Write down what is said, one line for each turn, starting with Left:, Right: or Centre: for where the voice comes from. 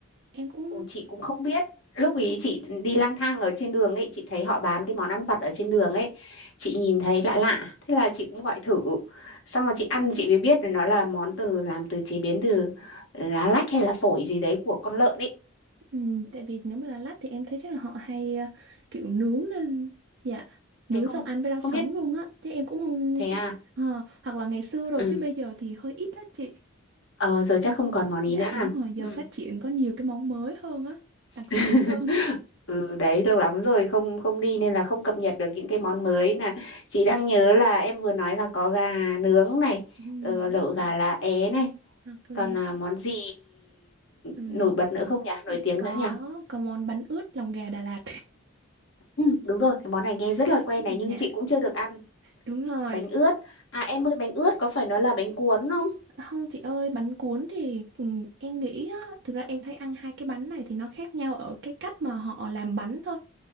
Right: em cũng
Left: Ồ, chị cũng không biết lúc ý chị đi lang thang ở trên đường ấy chị thấy họ bán cái món ăn vặt ở trên đường ấy chị nhìn thấy lạ lạ thế là chị cũng gọi thử xong rồi chị ăn chị mới biết là nó là món từ làm từ chế biến từ lá lách hay là phổi gì đấy của con lợn ấy
Right: ừ, tại vì nếu mà là lát thì em thấy chắc là họ hay ờ, kiểu nướng lên dạ nướng
Left: thế không
Right: xong ăn với rau
Left: không
Right: sống
Left: biết
Right: luôn á thế em cũng không
Left: thế à
Right: ờ, hoặc là ngày xưa rồi
Left: ừ.
Right: chứ bây giờ thì hơi ít á chị
Left: ờ giờ
Right: Ừ.
Left: chắc không còn món ý
Right: Dạ
Left: nữa
Right: đúng
Left: hả
Right: rồi, giờ
Left: ừ.
Right: phát triển có nhiều cái món mới hơn á, đặc
Left: <laughs>
Right: sắc hơn.
Left: Ừ đấy lâu lắm rồi không không đi nên là không cập nhật được những cái món mới là chị đang nhớ là em vừa nói là có gà nướng này
Right: Ừm,
Left: ờ, lẩu gà lá é này
Right: Hoặc là
Left: còn à, món gì
Right: ừm,
Left: nổi bật nữa không nhỉ nổi
Right: dạ,
Left: tiếng
Right: có
Left: nữa nhỉ
Right: có món bánh ướt lòng gà Đà Lạt.
Left: ừ, đúng rồi cái món này nghe rất
Right: <laughs>
Left: là quen này nhưng
Right: Dạ
Left: chị cũng chưa được ăn
Right: đúng rồi.
Left: bánh ướt à em ơi bánh ướt có phải nó là bánh cuốn không
Right: Không chị ơi, bánh cuốn thì ừm, em nghĩ á, thực ra em thấy ăn hai cái bánh này thì nó khác nhau ở cái cách mà họ làm bánh thôi.